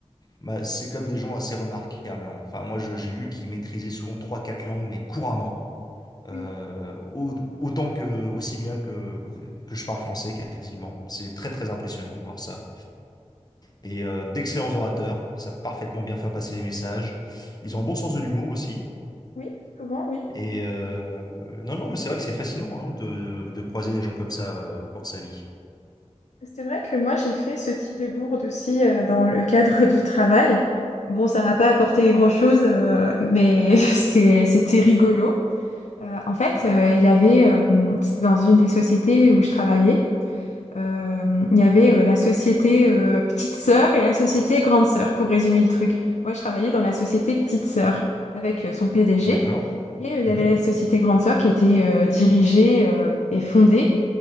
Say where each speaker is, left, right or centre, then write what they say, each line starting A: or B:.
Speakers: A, on the left; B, on the left.
A: bah, c'est comme des gens assez remarquables. hein. Enfin, moi, je- j'ai vu qu'ils maîtrisaient souvent trois, quatre langues, mais couramment. Euh,
B: Oui,
A: au- autant que, aussi bien que, que je parle français quasiment. C'est très, très impressionnant de voir ça. Et euh, d'excellents orateurs. Ils savent parfaitement bien faire passer les messages. Ils ont un bon sens de l'humour aussi.
B: oui, souvent, oui.
A: Et euh, non, non, mais c'est vrai que c'est fascinant hein, de, de croiser des gens comme ça euh, au cours de sa vie.
B: C'est vrai que moi, j'ai fait ce type de bourde aussi euh, dans le cadre <laughs> du travail. Bon, ça m'a pas apporté grand-chose, euh, mais <laughs> c'est- c'était rigolo. Euh, en fait, euh, il y avait, euh, c'était dans une des sociétés où je travaillais. Euh, il y avait euh, la société euh, Petite Sœur et la société Grande Sœur, pour résumer le truc. Moi, je travaillais dans la société Petite Sœur avec euh, son PDG.
A: D'accord?
B: Et euh, il
A: Mhm.
B: y avait la société Grande Sœur qui était euh, dirigée euh, et fondée